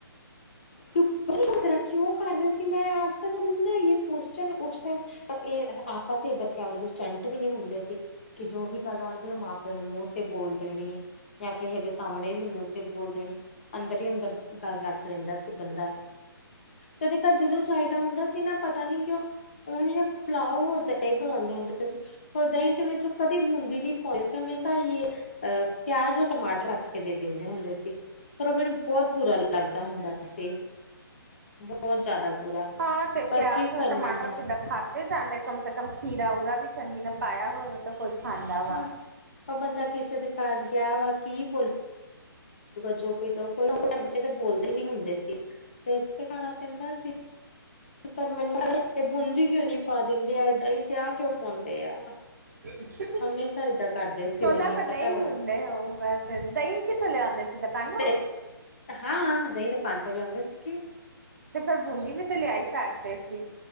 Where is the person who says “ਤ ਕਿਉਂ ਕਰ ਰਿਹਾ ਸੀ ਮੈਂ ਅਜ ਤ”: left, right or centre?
Left